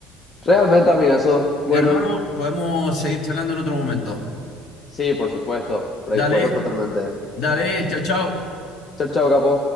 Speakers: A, on the left (about 25°); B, on the left (about 55°).
A: Realmente, amigazo. Bueno,
B: Hermano, podemos seguir charlando en otro momento.
A: sí, por supuesto. Predispuesto
B: Dale,
A: totalmente.
B: dale, chao, chao.
A: Chau, chau, capo.